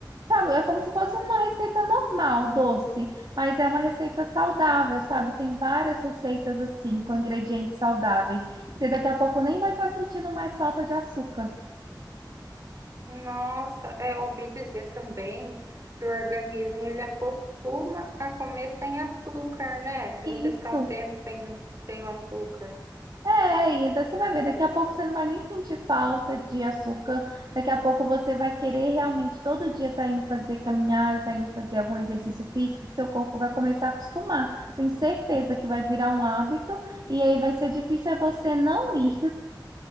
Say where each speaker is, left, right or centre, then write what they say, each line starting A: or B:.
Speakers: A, on the right; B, on the right.
A: sabe, é como se fosse uma receita normal, doce, mas é uma receita saudável, sabe? Tem várias receitas assim, com ingredientes saudáveis. Você daqui a pouco nem vai estar sentindo mais falta de açúcar.
B: Nossa, é, eu ouvi dizer também que o organismo ele acostuma a comer sem açúcar, né? Se você
A: Isso.
B: ficar um tempo sem, sem o açúcar.
A: É, e então você vai ver, daqui a pouco você não vai nem sentir falta de açúcar, daqui a pouco você vai querer realmente todo dia estar indo fazer caminhada, tá indo fazer algum exercício físico, que seu corpo vai começar a acostumar. Tenho certeza que vai virar um hábito, e aí vai ser difícil é você não ir.